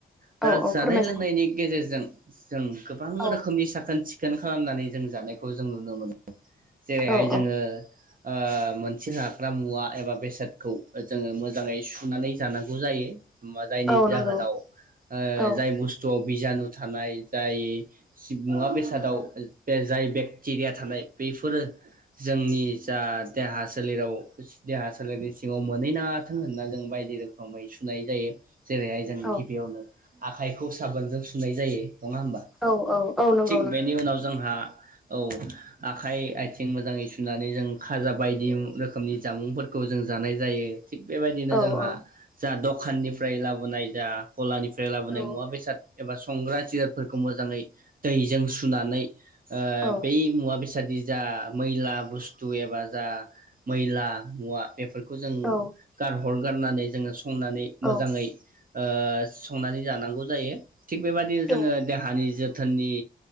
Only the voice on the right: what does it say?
दा
जानाय
लोंनायनि गेजेरजों <inaudible> जों गोबां
रोखोमनि सा खोन सिखोन खालामनानै जों जानायखौ जों नुनो मोनो। जेरैहाय
जोङो
ओ मोनसे जाग्रा मुवा एबा बेसादखौ जोङो मोजाङै सुनानै जानांगौ जायो। मा जायनि
जाहोनाव
ओ
जाय बुस्थुआव बिजानु थानाय जाय <unintelligible> मुवा बेसादाव बे जाय बेक्टेरिया थानाय बेफोरो जोंनि जा देहा सोलेराव देहा सोलेरनि सिङाव मोनहैनाथों होनना जों बायदि रोखोमै सुनाय जायो। जेरैहाय जों
गिबियावनो आखाइखौ साबोनजों सुनाय जायो। नङा होमबा
थिग बेनि उनाव जों जोंहा औ आखाइ आयथिं मोजाङै सुनानै जों खाजा बायदि रोखोमनि जामुंफोरखौ जों जानाय जायो। थिग बेबायदिनो
जोंहा
जा दखाननिफ्राय लाबोनाय जा गलानिफ्राय <unintelligible> लाबोनाय
मुवा बेसाद <unintelligible> एबा संग्रा जिरतफोरखौ मोजाङै दैजों सुनानै ओ
बै मुवा बेसाद। <unintelligible> जा मैला बुस्थु एबा जा मैला मुवा बेफो खौ जों
गार हरगारनानै जोङो स संनानै मोजाङै
ओ संनानै जानांगौ। जायो। थिग बेबायाददिनो जोङो
देहानि जोब थोननि